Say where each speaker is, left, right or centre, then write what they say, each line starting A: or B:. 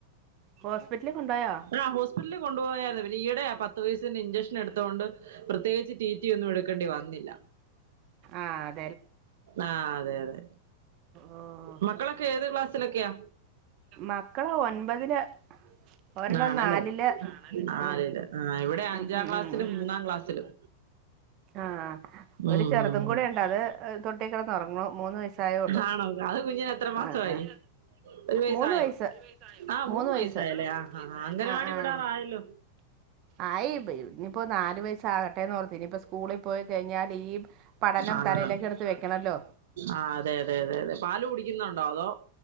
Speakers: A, on the right; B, on the right.
A: ഹോസ്പിറ്റലിൽ കൊണ്ടുപോയോ
B: ആഹ് ഹോസ്പിറ്റലിൽ കൊണ്ടുപോയായിരുന്നു പിന്നെ ഈയിടെയാ പത്ത് പത്ത് വയസ്സിൻ്റെ ഇഞ്ചക്ഷൻ എടുത്തോണ്ട് പ്രത്യേകിച്ച് ടി ടി ഒന്നും എടുക്കേണ്ടി വന്നില്ല.
A: ആഹ്
B: ആഹ് അതെ അതെ
A: ഓ ഓ
B: മക്കളൊക്കെ ഏത് ക്ലാസ്സ് സിലൊക്കെയാ
A: മക്കള് ഒൻപതില് ഒരെണ്ണം
B: ആണല്ലേ
A: നാലില്
B: അതേല്ലേ
A: ആഹ്
B: ആഹ് ഇവിടെ അഞ്ചാം
A: ഉം ഉം
B: ക്ലാസ്സിലും
A: ഉം ഉം
B: മൂന്നാം ക്ലാസ്സിലും
A: ആഹ്
B: ഉം
A: ഒരു ചെറുതും
B: ഉം ഉം
A: കൂടെ ഉണ്ട് അത് തൊട്ടി കിടന്ന് ഉറങ്ങുവാ മൂന്ന് വയസ്സായുള്ളൂ
B: ആണോ അത് കുഞ്ഞിന് എത്ര മാസമായി
A: ആഹ് ആഹ്
B: ഒരു വയസ്സായോ
A: മൂന്ന് വയസ്സ്
B: ആ
A: മൂന്ന് വയസ്സ്
B: വയസ്സായല്ലേ ആ ആ അംഗനവാടി
A: ആഹ് ആഹ്
B: വിടാറായല്ലോ
A: ആയി ഇനിയിപ്പോൾ നാല് വയസ്സാകട്ടെന്ന് ഓർത്തിനി ഇപ്പോൾ സ്കൂളിൽ പോയി കഴിഞ്ഞാൽ ഈ പഠനം
B: ആ
A: തലയിലേക്ക് എടുത്ത് വെക്കണല്ലോ
B: ആഹ് അതെ അതെ അതെ അതെ പാല് കുടിക്കുന്നുണ്ടോ അതോ